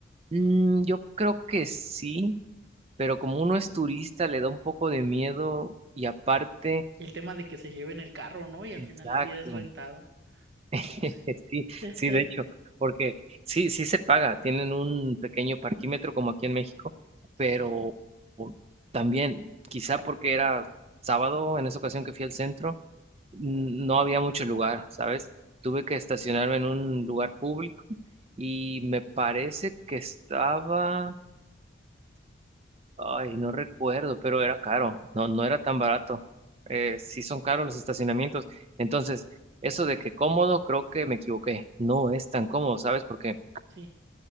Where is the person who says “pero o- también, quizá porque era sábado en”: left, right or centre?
Right